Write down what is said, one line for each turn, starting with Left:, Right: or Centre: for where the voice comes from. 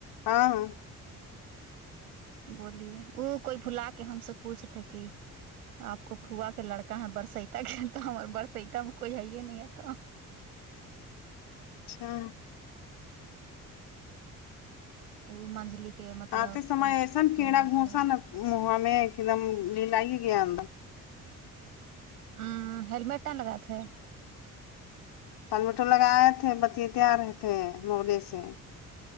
Left: ہاں
Right: بولیے وہ کوئی بھلا کے ہم سے پوچھتے کہ آپ کو پھووا کے لڑکا ہے برستا کے تو ہمار برستا میں کوئی ہے یہ نہیں ہے تو
Left: اچھا
Right: وہ منجلی کے مطلب
Left: آتے سمے
Right: کوئی
Left: ایسان
Right: تھے
Left: کیڑا
Right: مطلب
Left: گھسا ن مہا میں ایک دم للیگ ہی گیا اندر
Right: ہا ہیلمٹ نہیں لگاتے تھے
Left: ہمیٹر لگائے تھے بچے تیار تھے مولے سے